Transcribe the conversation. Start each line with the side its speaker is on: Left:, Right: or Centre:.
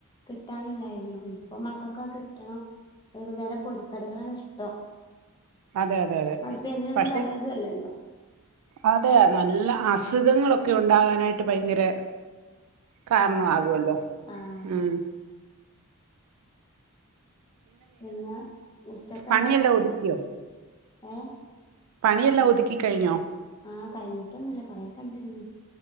Left: കിട്ടാനില്ലായിരുന്നു ഇപ്പൊ മക്കക്കക്കെ കിട്ടണം. വൈകുന്നേരം പൊരിക്കടികളാണ് ഇഷ്ടം.
Right: അതെ അതെ അതെ
Left: അതിപ്പ എന്നൊന്നും
Right: പക്ഷെ
Left: നല്ലതും അല്ലല്ലോ.
Right: അതെ നല്ല അസുഖങ്ങളൊക്കെ ഉണ്ടാകാനായിട്ട് ഭയങ്കര കാരണം
Left: ആഹ് അതെ
Right: ആകുമല്ലോ
Left: ആഹ് അതെ
Right: ഉം
Left: പിന്നെ ഉച്ചക്ക്
Right: പണിയെല്ലാം
Left: എന്താണ്
Right: ഒതുക്കിയോ
Left: ഏ
Right: പണിയെല്ലാം ഒതുക്കി കഴിഞ്ഞോ?
Left: ആഹ് കഴിഞ്ഞിട്ടൊന്നു ഇല്ല കുറെയൊക്കെ ഇണ്ട് ഇനിയും